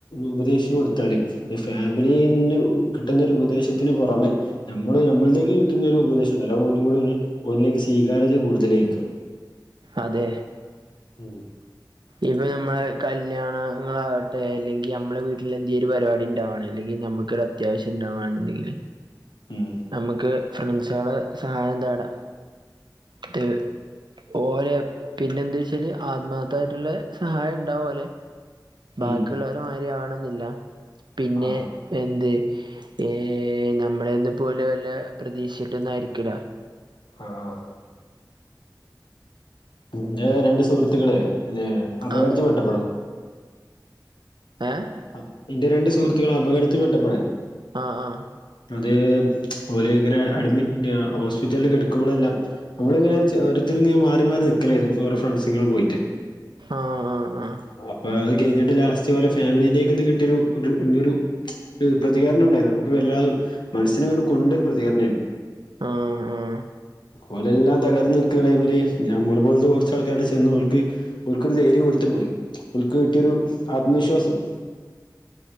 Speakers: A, on the left; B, on the right.
A: ഉപദേശിച്ചു കൊടുത്താലേ ഒരു ഫാമിലീല് കിട്ടുന്നൊരു ഉപദേശത്തിന് പൊറമെ നമ്മള് നമ്മളിലേക്ക് കിട്ടുന്ന ഒരു ഉപദേശിണ്ടല്ലോ ഒന്നുംകൂടെ ഒന്നിലേക്ക് സ്വീകാര്യത കൂടുതലേക്കാം
B: അതെ
A: ഉം
B: ഇപ്പ നമ്മടെ കല്യാണാങ്ങളാവട്ടെ അല്ലെങ്കി അമ്മടെ വീട്ടിലെന്തീലും ഒരു പരിപാടി ഇണ്ടാവണം അല്ലെങ്കിൽ നമ്മുക്കടെ അത്യാവശ്യം ഉണ്ടാവാണുണ്ടെങ്കില്
A: ഉം
B: നമ്മക്ക് ഫ്രണ്ട്സുകളെ സഹായം തേടാം ഇത് ഓലെ പിന്നെന്താച്ചാല് ആത്മാത്ഥായിട്ടുള്ളേ സഹായം ഇണ്ടാവൂ ഓലെ ബാക്കിയുള്ളോരെ
A: ഉം
B: മാരി ആവണെന്നില്ല പിന്നെ
A: ആഹ്
B: എന്ത് ഏ നമ്മളെന്ന് പോലുവല്ല പ്രതീക്ഷിട്ടൊന്നും ആയിരിക്കൂല
A: ആഹ് എൻ്റെ രണ്ട് സുഹൃത്തുക്കളെ ലെ അപകടത്തിൽ
B: ആ
A: പെട്ടപ്പോളെ
B: ഏഹ്
A: അ ഇൻ്റെ രണ്ട് സുഹൃത്തുക്കൾ അപകടത്തി പെട്ടപ്പോളേ
B: ആ ആ
A: അതേ ഓലെയിങ്ങനെ അഡ്മിറ്റ് ഹോസ്പിറ്റലിൽ കിടക്കുമ്പോളെല്ലാം നമ്മളിങ്ങനെ ഓരോരുത്തരിങ്ങനെ മാറി മാറി നിക്കലായിരുന്നു ഓരോ ഫ്രണ്ട്‌സ്ങ്ങളും പോയിട്ട്
B: ആഹ് ആഹ് ആഹ്
A: അപ്പൊ അത് കയിഞ്ഞിട്ട് ലാസ്റ്റ് ഓലെ ഫാമിലിന്റെക്ക്ന്ന് കിട്ടിയൊരു ഒരു ഒരു ഒരു പ്രതികരണം ഉണ്ടായി നമുക്ക് വെല്ലാതു മനസ്സിനുവീണ്ടും കൊണ്ടൊരു പ്രതികർണേനും
B: ആഹ് ആഹ്
A: ഓനെല്ലാം തകർന്ന് നിൽക്കാണെടൈമില് ഞമ്മൾ പോലത്തെ കുറച്ചാൾക്കാർടെ ചെന്നോർക്ക് ഓൽക്കൊരു ധൈര്യം കൊടുത്തപ്പൊള് ഓൽക്ക് കിട്ടിയൊരു ആത്മവിശ്വാസം